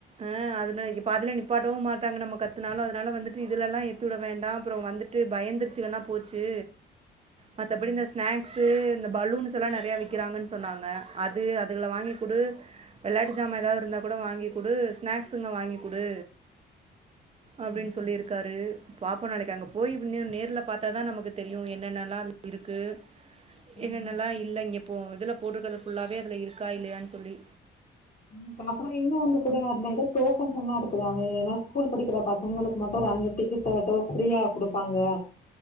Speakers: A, on the right; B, on the left.
A: ஆ அதுல இ பாதிலே நிப்பாட்டவும் மாட்டாங்க நம்ம கத் தினாலு அதனால வந்துட்டு இதுலல்லா ஏத்தி விட வேண்டாம் அப்புரோ வந்துட்டு பயந்துருச்சுகனா போச்சு மத்தபடி
B: ம்
A: இந்த ஸ்நாக்ஸ் இந்த பலூன்ஸ்ல்லா நெறையா விக்கிறாங்கன்னு சொன்னாங்க அது அதுகள வாங்கிக் குடு வெளையாட்டு ஜாமா ஏதாவது இருந்தா கூட வாங்கி குடு ஸ்நாக்ஸ்ங்க வாங்கி குடு அப்டின்னு
B: ம்
A: சொல்லிருக்காரு பாப்போ நாளைக்கு அங்க போய் இனு நேர்ல பாத்தாதா நமக்கு தெரியு என்னென்னல்லா அதுல இருக்கு என்னென்னல்லா
B: ஆமா
A: இல்ல இங்கப்போ இதுல போட்டுக்கற ஃபுல்லாவே அதுல இருக்கா இல்லையான்னு சொல்லி
B: ஆ பாப்போ இன்னு வந்து கூட அதுல ஏதோ டோக்கன்ஸ் எல்லா இருக்குதாமே ஏன்னா ஸ்கூல் படிக்கிற பசங்ங்களுக்கு மட்டு ரண்டு டிக்கட்டு் ஏதோ ஃப்ரீயா குடுப்பாங்க